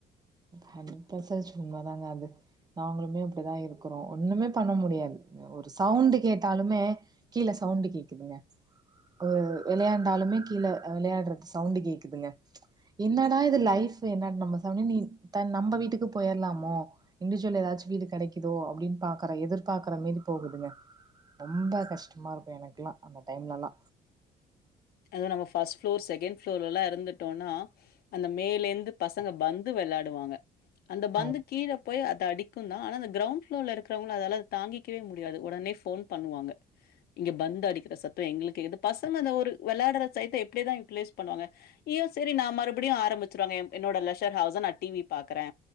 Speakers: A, on the right; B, on the left.
A: ஹன்ரட் பசஜ் உண்ம தாங்க அது நாங்குளுமே அப்டிதா இருக்குறோ ஒண்ணுமே பண்ண முடியாது. அ ஒரு சவுண்டு கேட்டாலுமே கீழ சவுண்டு கேக்குதுங்க. ஒ வெளையாண்டாலுமே கி கீழ அ வெளையாட்றது சவுண்டு கேக்குதுங்க என்னடா இது லைஃப் என்னட் நம்ம <unintelligible> நீ த நம்ப வீட்டுக்கு போயர்லாமோ இன்டிஜுவல் எதாச்சு வீடு கெடைக்கிதோ அப்டின் பாக்கற எதிர்பாக்ற மாரி போகுதுங்க. ரொம்ப கஷ்டமாருக்கு எனக்ல்லா அந்த டைம்லெல்லா.
B: அது நம்ம ஃபஸ் ஃப்ளோர் செகண்ட் ஃப்ளோர்லல்லா இருந்துட்டோனா அந்த மேலெந்து பசங்க பந்து வெளாடுவாங்க அந்த பந்து
A: ஆ
B: கீழ போய் அ தடிக்குந்தா ஆனா அது கிரவுண் ஃபுளோர்ல இருக்றவங்களு அதால அத தாங்கிக்கவே முடியாது உடனே ஃபோன் பண்ணுவாங்க. இங்க பந்து அடிக்கிற சத்தோ எங்குளுக்கு கேக்குது. பசங்க அந்த ஒரு வெளாட்ற சைட்ட எப்டிதா யுட்டிலைஸ் பண்ணுவாங்க. ய்யோ செரி நா மறுபடியு ஆரம்பிச்சுருவாங்க எம் என்னோட லெஷர் ஹவுஸ நா டி வி பாக்கறே.